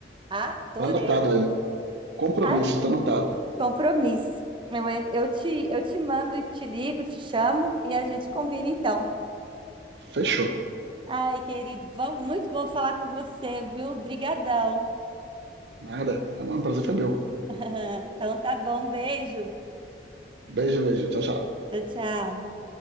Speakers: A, on the right; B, on the right.
A: Adorei.
B: Tá anotado aí. Compromisso,
A: Ah,
B: tá anotado.
A: compromisso. Eu, en- eu te, eu te mando e te ligo, te chamo e a gente combina então.
B: Fechou.
A: Ai, querido, bom- muito bom falar com você, viu? Brigadão.
B: Nada. O prazer foi meu.
A: <laughs> Então tá bom, beijo.
B: Beijo, beijo. Tchau, tchau.
A: Tchau, tchau.